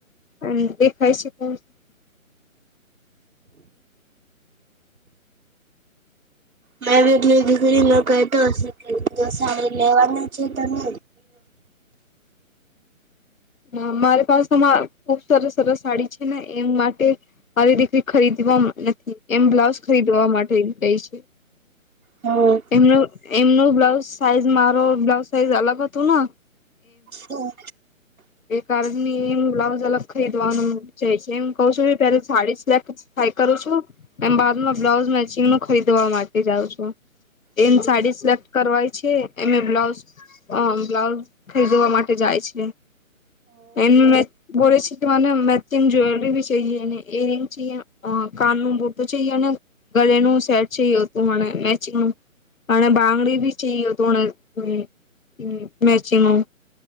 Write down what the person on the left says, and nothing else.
અને દેખાય છે કો <unintelligible>
હ મારી પાસેમાં ખુબ સરસ સરસ સાડી છે ને એમ માટે, મારી દીકરી ખરીદવા નથી એમ બ્લાઉઝ ખરીદવા માટે ગઈ છે.
એમનું એમનું બ્લાઉઝ સાઈઝ મારો બ્લાઉઝ સાઈઝ અલગ હતોના.
કારનેમ બ્લાઉઝ અલગ ખરીદવાનું જ છે એમ. કઉ છું પે સાડી સિલાક થાય કરું છું, એમ બાદમાં બ્લાઉઝ મેચિંગ નું ખરીદવા માટે જાઉં છું. એ સાડી સિલેક્ટ કરવાય છે એમ એ બ્લાઉઝ અમ બ્લાઉઝ ખરીદવા માટે જાય છે, એ મે બોલે છે મને મેચિંગ જવેલરી બી છીએ અને એરિંગ છીએ કાન ન બટું છેએ અને ગલેનું સેટ છે હતું મને. મેચિંગ, અને બાંગડી બી છીએ હતું અંણે મેચિંગમ..